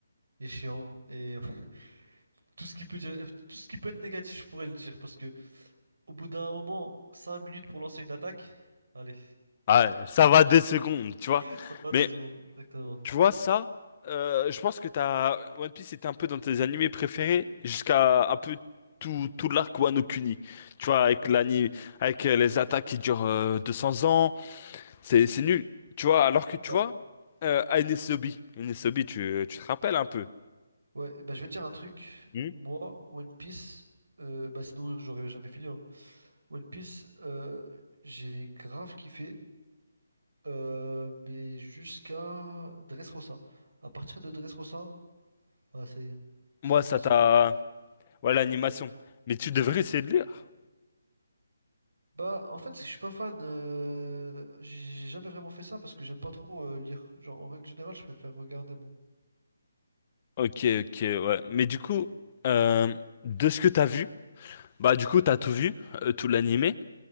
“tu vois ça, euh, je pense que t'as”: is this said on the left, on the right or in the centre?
Left